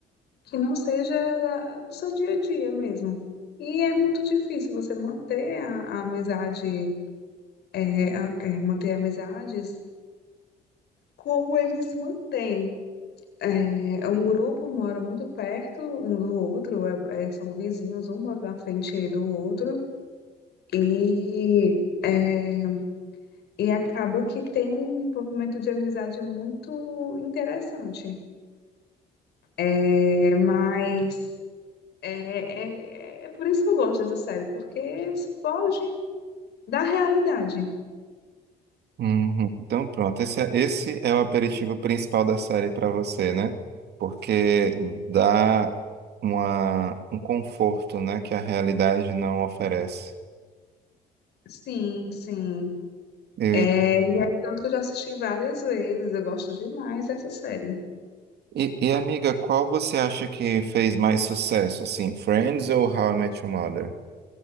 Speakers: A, on the left (about 70°); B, on the right (about 70°).
A: que não seja do seu dia a dia mesmo. E é muito difícil você manter a, a amizade, eh, a- eh, manter amizades como eles mantêm. É, um grupo mora muito perto um do outro, é- é, são vizinhos, um mora na frente do outro, e, é, e acaba que tem um envolvimento de amizade muito interessante. É, mas é, é, é é por isso que eu gosto dessa série, porque foge da realidade.
B: Uhum. Então, pronto, esse é, esse é o aperitivo principal da série para você, né? Porque dá uma, um conforto, né, que a realidade não oferece.
A: Sim, sim.
B: Eu
A: É,
B: en-
A: e é tanto que eu já assisti várias vezes, eu gosto demais dessa série.
B: e, e, amiga, qual você acha que fez mais sucesso, assim, Friends ou How I Met Your Mother?